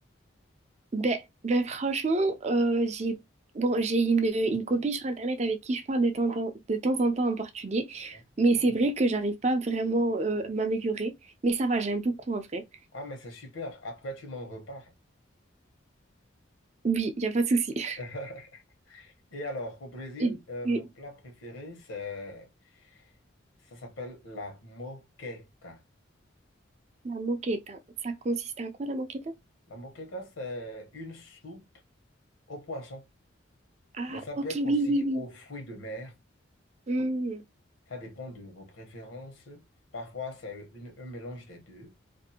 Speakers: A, on the right (about 35°); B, on the left (about 80°).
A: Ben, ben franchement, euh, j'ai bon, j'ai une, une copine sur Internet avec qui je parle de temps, en de temps en temps en portugais,
B: Ah,
A: mais
B: Cool.
A: c'est vrai que j'arrive pas vraiment euh, à m'améliorer, mais ça va, j'aime beaucoup en vrai.
B: Ah, mais c'est super. Après, tu m'en reparles.
A: Oui, il a pas de souci. <laughs>
B: <laughs> Et alors, au Brésil,
A: Et
B: euh,
A: puis,
B: mon plat préféré, c'est Ça s'appelle la moqueca.
A: la moqueta, ça consiste en quoi la moqueta?
B: La moqueca, c'est une soupe au poisson,
A: Ah,
B: mais ça peut
A: ok,
B: être aussi
A: oui, oui, oui.
B: aux fruits de mer.
A: Hmm,
B: Ça dépend de vos préférences. Parfois, c'est une- un mélange des deux.